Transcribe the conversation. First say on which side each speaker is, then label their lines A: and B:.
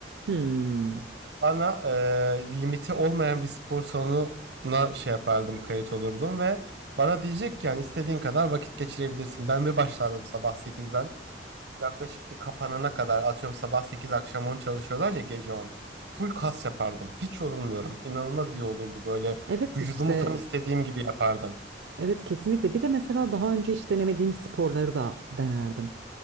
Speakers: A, on the right; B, on the right.
A: Hmm.
B: Bana e, limiti olmayan bir spor salonuna şey yapardım kayıt olurdum ve bana diyecek ki yani istediğin kadar vakit geçirebilirsin. Ben bir başlardım sabah sekizden yaklaşık bir kapanana kadar atıyorum sabah 8 akşam 10 çalışıyorlar ya gece on Full kas yapardım. Hiç yorulmuyorum. İnanılmaz iyi olurdu böyle
A: Evet
B: vücudumu
A: işte
B: tam istediğim gibi yapardım.
A: evet kesinlikle. Bir de mesela daha önce hiç denemediğim sporları da denerdim.